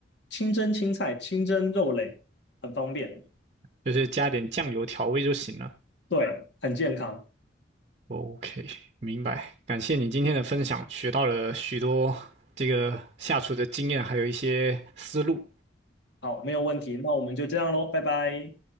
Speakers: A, on the left; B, on the right.
A: 清蒸青菜、清蒸肉类，很方便，
B: 就是加点酱油调味就行了。
A: 对，很健康。
B: OK，明白。感谢你今天的分享，学到了许多这个下厨的经验，还有一些思路。
A: 好，没有问题，那我们就这样喽，拜拜。